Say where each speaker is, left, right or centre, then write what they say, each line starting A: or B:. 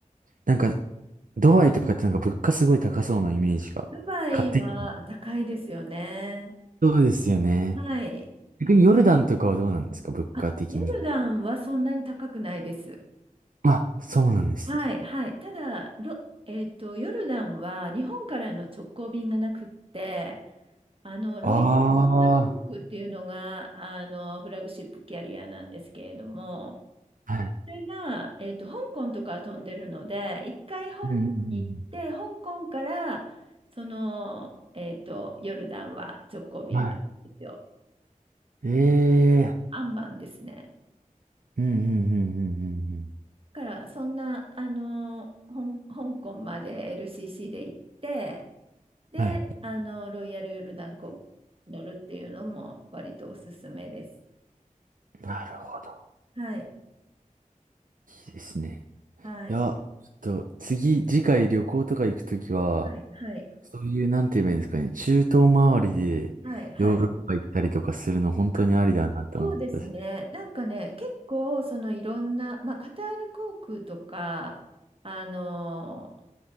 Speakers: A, on the right (about 80°); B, on the right (about 40°).
A: なんか、ドバイとかってなんか物価すごい高そうなイメージが、
B: ドバイは高いですよね。
A: 勝手に。そうですよね。
B: はい。
A: 逆にヨルダンとかはどうなんですか物価的には。
B: あ、ヨルダンはそんなに高くないです。
A: あ、そうなんですね。
B: はい、はい。ただ、ロ、えっと、ヨルダンは日本からの直行便がなくって、あの、ロイヤルヨルダン航空っていうのが、
A: あ
B: あの、フラグシップキャリアなんですけれども、
A: あ、はい。
B: それが、えっと、香港とか飛んでるので、一回香港に行って、
A: うんうんう
B: 香港から、その、えっと、ヨルダンは直行便があるんですよ。
A: ん。はい。ええ
B: アンマンですね。
A: ーうんうんうんうんうんうん。
B: だから、そんな、あの、ほん香港まで LCC で行って、で、
A: はい。
B: あの、ロイヤルヨルダン航空に乗るっていうのも割とおすすめです。
A: なるほど。
B: はい、
A: いいですね。
B: はい、
A: いや、ちょっと次、次回旅行とか行くときは、
B: はい、はい、
A: そういう、なんて言えばいいんですかね、中東周りでヨーロッパ行ったりとかするの本当にありだなって思ったし。
B: はい、はい。あ、そうですね。なんかね、結構、そのいろんな、まあ、カタール航空とか、あの